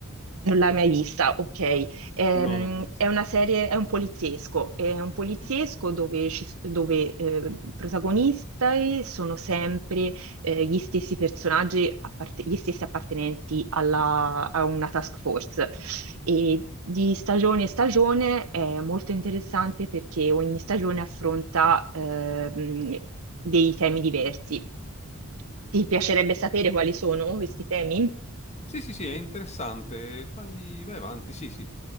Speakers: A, on the right (about 85°); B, on the left (about 30°).
A: non l'hai mai vista, ok. Ehm,
B: No, non l'ho vista.
A: è una serie, è un poliziesco, è un poliziesco
B: Mm.
A: dove, ci s- dove eh, protagonisti sono sempre eh, gli stessi personaggi, apparte- gli stessi appartenenti alla- a una task force. E di stagione in stagione è molto interessante perché ogni stagione affronta ehm, dei temi diversi. Ti piacerebbe sapere quali sono questi temi?
B: Sì, sì, sì, è interessante. Fai, vai avanti, sì, sì.